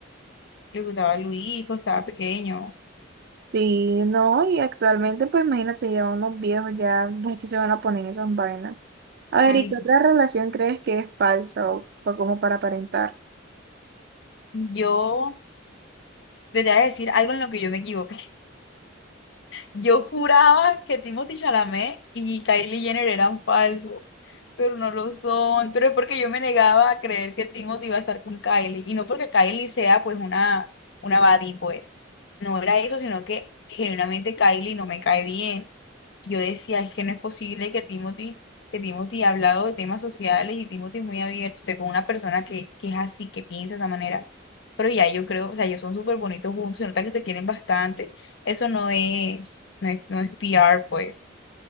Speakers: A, on the left; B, on the right.
A: le gustaba Luis cuando estaba pequeño.
B: Sí, no, y actualmente pues imagínate ya unos viejos ya <laughs> es que se van a poner en esas vainas. A ver,
A: Ay,
B: ¿y qué
A: sí.
B: otra relación crees que es falsa o o como para aparentar?
A: yo. Yo te voy a decir algo en lo que yo me equivoqué. Yo juraba que Timothy Chalamet y Kylie Jenner eran falsos, pero no lo son. Pero es porque yo me negaba a creer que Timothy iba a estar con Kylie. Y no porque Kylie sea pues una, una baddie, pues. No era eso, sino que genuinamente Kylie no me cae bien. Yo decía, es que no es posible que Timothy, que Timothy ha hablado de temas sociales y Timothy es muy abierto, esté con una persona que, que es así, que piensa de esa manera. Pero ya yo creo, o sea, ellos son súper bonitos juntos, se nota que se quieren bastante eso no es, no es, no es P. R. pues.